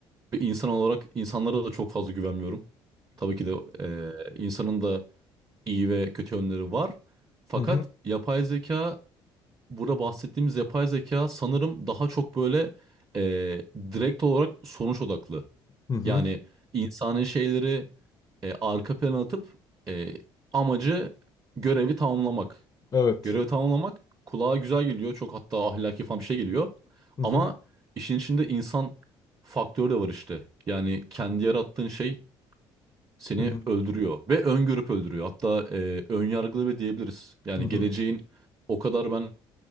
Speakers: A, on the right; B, on the left.
A: bir insan olarak insanlara da çok fazla güvenmiyorum. Tabii ki de e, insanın da iyi ve kötü yönleri var. Fakat
B: Hı hı.
A: yapay zeka, burada bahsettiğimiz yapay zeka sanırım daha çok böyle e, direkt olarak sonuç odaklı.
B: Hı hı.
A: Yani insanın şeyleri e, arka plana atıp e, amacı görevi tamamlamak.
B: Evet.
A: Görevi tamamlamak kulağa güzel geliyor. Çok hatta ahlaki falan bir şey geliyor.
B: Hı
A: Ama
B: hı.
A: işin içinde insan faktörü de var işte. Yani kendi yarattığın şey seni
B: Hı hı.
A: öldürüyor ve öngörüp öldürüyor. Hatta e, ön yargılı bile diyebiliriz. Yani
B: Hı hı.
A: geleceğin o kadar ben